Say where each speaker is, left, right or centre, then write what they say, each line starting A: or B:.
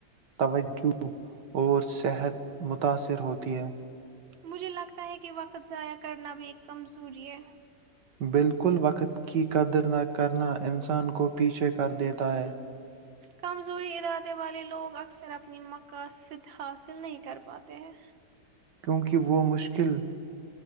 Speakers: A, on the right; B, on the right.
A: توجہ اور صحت متاثر ہوتی ہے
B: مجھے لگتا ہے کہ وقت ضائع کرنا بھی ایک کمزوری ہے
A: بالکل وقت کی قدر نہ کرنا انسان کو پیچھے کر دیتا ہے
B: کمزوری ارادے والے لوگ اکثر اپنی مقاصد حاصل نہیں کر پاتے ہیں
A: کیونکہ وہ مشکل